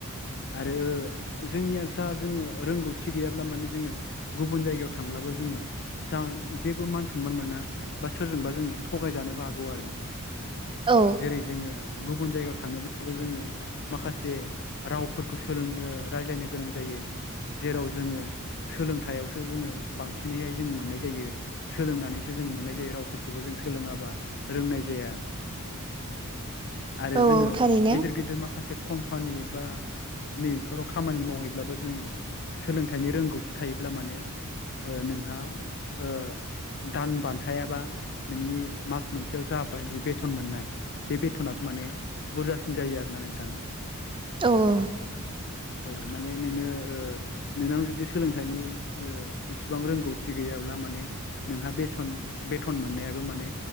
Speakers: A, on the left; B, on the right.
A: आरो जोंनिया जा जोंङो रोंगौथि गैयाब्ला माने जोंङो गुबुन जायगायाव थांब्लाबो जोंङो जान जेबो मान सनमान मोना बा सोरजोंबा जोंङो थगायजानोबो हागौ आरो।
B: औ
A: जेरै जोंङो गुबुन जायगायाव थांनोब्लाबो जोंङो माखासे रावफोरखौ सोलोंनो रायज्लायनो गोनां जायो जेराव जोंङो सोलोंथायाइयावसो जोंङो बांसिनैहाय जों मोननाय जायो। सोलोंनानैसो जों मोननाय जायो रावफोरखौबो जों सोलोङाबा रोंनाय जाया। आरो
B: औ
A: जोंङो
B: थारैनो
A: गिदिर गिदिर माखासे कम्पानि बा नैबेफोराव खामानि मावहै अब्लाबो जोंङो सोलोंथाइनि रोंगौथि थायोब्ला माने नोंहा ओ दान बान्थायाबा नोंनि मास मोनसेयाव जाबाय बि बेथन मोननाय। बे बेथना थ माने बुरजासिन जायो आरोना नोंथां?
B: औ
A: औ माने नोङो ओ नोंनाव जुदि सोलोंथाइनि इसिबांओ रोंगौथि गैयाब्ला माने नोंहा बेसन बेथन मोननायाबो माने